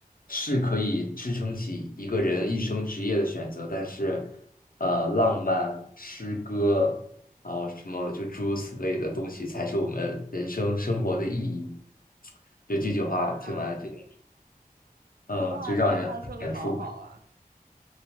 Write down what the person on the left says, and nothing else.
是可以支撑起一个人一生职业的选择，但是，呃，浪漫、诗歌，然后什么就诸如此类的东西，才是我们人生生活的意义。就这句话听完，
这个，嗯，
就让人很感触。